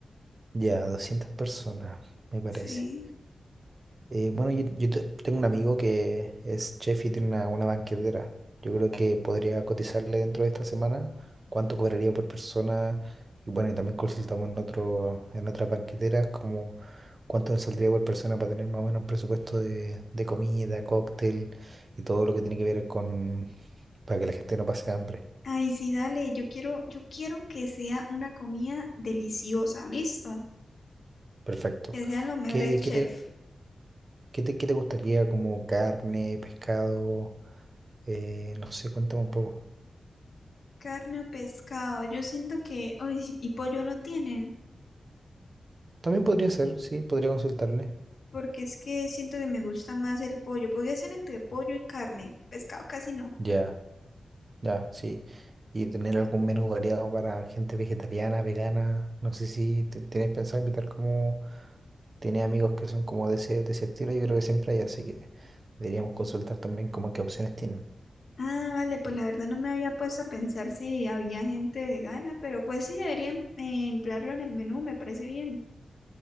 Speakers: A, on the right; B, on the left.
A: Ya, doscientas personas, me parece.
B: Sí.
A: Eh, bueno, yo, yo te- tengo un amigo que es chef y tiene una, una banquetera. Yo creo que podría cotizarle dentro de esta semana cuánto cobraría por persona. Y bueno, y también consultamos en otro, en otras banqueteras como cuánto nos saldría por persona para tener más o menos un presupuesto de, de comida, cóctel y todo lo que tiene que ver con... para que la gente no pase hambre.
B: Ay, sí, dale, yo quiero, yo quiero que sea una comida deliciosa, listo.
A: Perfecto.
B: Que sean los mejores
A: ¿Qué,
B: chefs.
A: qué te- ¿Qué te, qué te gustaría como carne, pescado? Eh, no sé, cuéntame un poco.
B: Carne o pescado, yo siento que, uy, y pollo no tienen.
A: También podría ser, sí, podría consultarle.
B: porque es que siento que me gusta más el pollo. Podría ser entre pollo y carne, pescado casi no.
A: Ya, ya, sí. Y tener algún menú variado para gente vegetariana, vegana. No sé si te- tienes pensado invitar como... Tienes amigos que son como de ese, de ese estilo, yo creo que siempre hay, así que deberíamos consultar también como qué opciones tienen.
B: Ah, vale, pues la verdad no me había puesto a pensar si había gente vegana, pero pues sí debería em- eh, emplearlo en el menú, me parece bien.